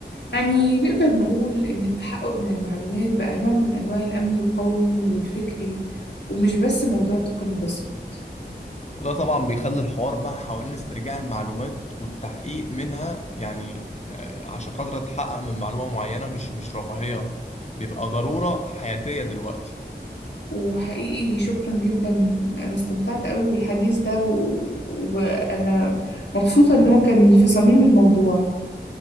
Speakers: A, on the left (about 80°); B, on the left (about 40°).
A: يعني نقدر نقول إن التحقق من المعلومات بقى نوع من أنواع الأمن القومي والفكري ومش بس موضوع تقني بسيط
B: وده طبعا بيخلي الحوار بقى حوالين استرجاع المعلومات والتحقيق منها يعني آه، عشان خاطر أتحقق من معلومة معينة مش مش رفاهية بيبقى ضرورة حياتية دلوقتي
A: وحقيقي شكرا جدا أنا استمتعت قوي بالحديث ده و... وأنا مبسوطة إن هو كان في صميم الموضوع